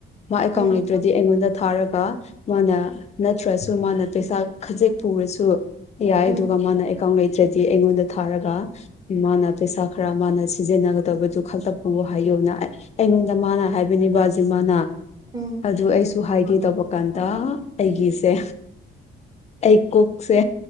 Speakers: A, on the left; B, on the right.
A: ꯃꯥ ꯑꯦꯀꯥꯎꯟ
B: ꯎꯝ
A: ꯂꯩꯇ꯭ꯔꯗꯤ ꯑꯩꯉꯣꯟꯗ ꯊꯥꯔꯒ ꯃꯥꯅ ꯅꯠꯇ꯭ꯔꯁꯨ ꯃꯥꯅ ꯄꯩꯁꯥ ꯈꯖꯤꯛ ꯄꯨꯔꯁꯨ ꯌꯥꯏꯗꯨꯒꯃꯅ
B: ꯎꯝ ꯎꯝ
A: ꯑꯦꯀ ꯏꯦ ꯍꯥꯏꯗꯤ ꯑꯩꯉꯣꯟꯗ ꯊꯥꯔꯒ ꯃꯥꯅ ꯄꯩꯁꯥ ꯈꯔ ꯃꯥꯅ ꯁꯤꯖꯤꯟꯅꯒꯗꯕꯗꯨ ꯈꯛꯇ ꯄꯨꯎ ꯍꯥꯏꯌꯣꯅ ꯑꯩꯉꯣꯟꯗ ꯃꯥꯅ ꯍꯥꯏꯕꯅꯤꯕꯁꯃꯅ
B: ꯎꯝ
A: ꯑꯗꯨ ꯁꯨ ꯍꯥꯏꯒꯦ ꯇꯧꯕ ꯀꯥꯟꯗ ꯑꯩꯒꯤꯁꯦ ꯑꯩ ꯀꯣꯛꯁꯦ